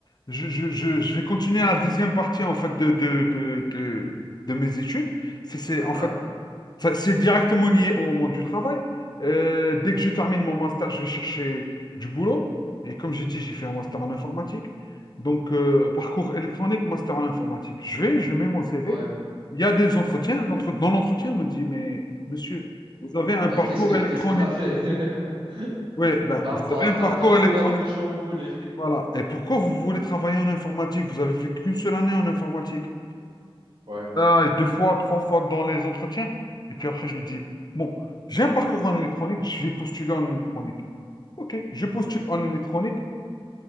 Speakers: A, on the left; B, on the right.
A: je, je- je- je vais continuer la deuxième partie en fait de, de, de, de- de mes études. C'est c'est-
B: Ah
A: en fait, ça- c'est directement lié au monde du travail. Euh, dès que je termine mon master, je vais chercher du boulot. Et comme j'ai dit, j'ai fait un master en informatique. Donc, euh, parcours électronique, master en informatique. Je vais, je mets mon CV.
B: ah, ouais.
A: Il y a des entretiens. L'entre- dans l'entretien, on me dit, mais monsieur, vous avez un parcours
B: Euh, qu'est-ce que
A: électronique.
B: qu'est-ce que t'as fait? <laughs>
A: Oui, ben,
B: T'as
A: vous
B: un, par-
A: avez un parcours
B: t'as un parcours
A: électronique.
B: un peu chamboulé.
A: Voilà. Et pourquoi vous voulez travailler en informatique? Vous avez fait qu'une seule année en informatique.
B: Ouais.
A: Ah, et deux fois, trois fois dans les entretiens. Et puis après, je me dis, bon, j'ai un parcours en électronique, je vais postuler en électronique. Ok, je postule
B: Ouais.
A: en électronique.